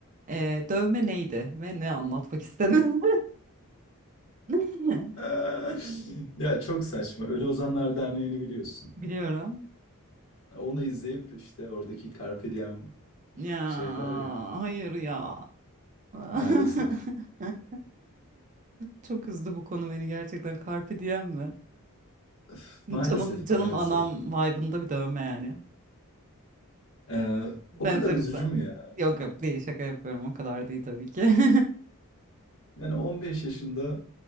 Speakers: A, on the right; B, on the left.
A: Ee, dövme neydi ve ne anlatmak istedin? <laughs>
B: <laughs> Ya çok saçma. Ölü Ozanlar Derneği'ni biliyorsun.
A: Biliyorum.
B: Onu izleyip işte oradaki Carpe Diem
A: Ya
B: şey var ya
A: hayır ya. <laughs>
B: maalesef.
A: Çok üzdü bu konu beni gerçekten. Carpe diem mi?
B: Öf,
A: <laughs>
B: Maalesef
A: Canım canım
B: maalesef.
A: anam vibe'ında bir dövme yani.
B: Ee,
A: Benzeriz
B: o kadar üzücü
A: zaten.
B: mü ya?
A: Yok yok değil şaka yapıyorum o kadar değil tabii ki. <laughs>
B: Yani 15 yaşında